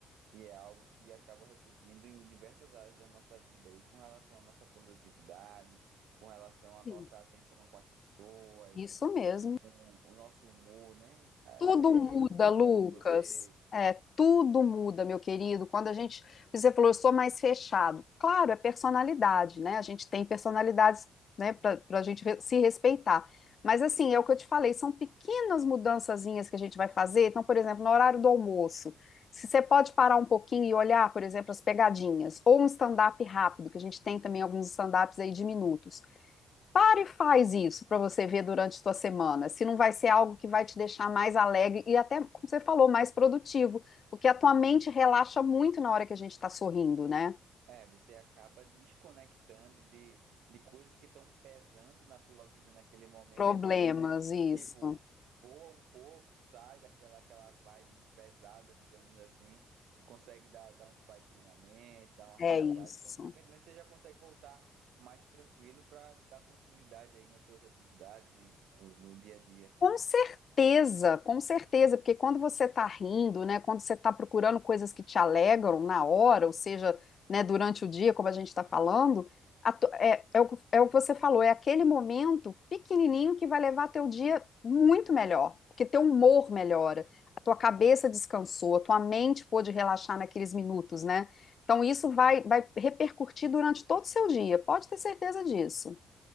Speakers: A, on the right (about 80°); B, on the left (about 50°).
A: E é algo que acaba refletindo em diversas áreas da nossa vida aí, com relação à nossa produtividade, com relação à
B: Sim.
A: nossa atenção com as pessoas,
B: Isso mesmo.
A: com o nosso humor, né? Ah,
B: Tudo
A: É
B: muda,
A: rir para o
B: Lucas.
A: mundo. Você
B: É, tudo muda, meu querido. Quando a gente, você falou, eu sou mais fechado. Claro, é personalidade, né? A gente tem personalidades, né, para a gente re- se respeitar. Mas assim, é o que eu te falei, são pequenas mudançazinhas que a gente vai fazer. Então, por exemplo, no horário do almoço, se você pode parar um pouquinho e olhar, por exemplo, as pegadinhas, ou um stand-up rápido, que a gente tem também alguns stand-ups aí de minutos. Para e faz isso para você ver durante a sua semana, se não vai ser algo que vai te deixar mais alegre e até, como você falou, mais produtivo, porque a tua mente relaxa muito na hora que a gente está sorrindo, né?
A: É, você acaba desconectando de, de coisas que estão pesando na tua vida naquele momento
B: Problemas,
A: ali, né?
B: isso.
A: E tipo, voa um pouco, sai daquela aquela vibe pesada, digamos assim, e consegue dar, dar uma espairecida na mente, dar uma
B: É
A: relaxada,
B: isso.
A: e consequentemente você já consegue voltar mais tranquilo para dar continuidade aí nas suas atividades, né? No, no dia a dia.
B: Com certeza, com certeza, porque quando você está rindo, né, quando você está procurando coisas que te alegram na hora, ou seja, né, durante o dia, como a gente está falando, a to- é, é o, que- é o que você falou, é aquele momento pequenininho que vai levar teu dia muito melhor, porque teu humor melhora, a tua cabeça descansou, a tua mente pôde relaxar naqueles minutos, né? Então isso vai, vai repercutir durante todo o seu dia, pode ter certeza disso.